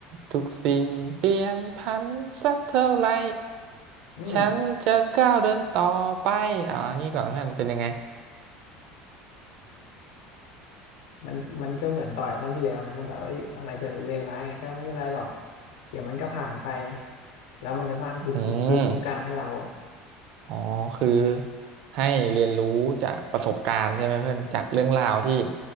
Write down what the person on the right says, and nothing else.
ทุกสิ่งเปลี่ยนผันสักเท่าไหร่
ฉันจะก้าวเดินต่อไปอ่านี่ก่อนเพื่อนเป็นยังไง
อืมอ๋อคือให้เรียนรู้จากประสบการณ์ใช่ไหมเพื่อนจากเรื่องราวที่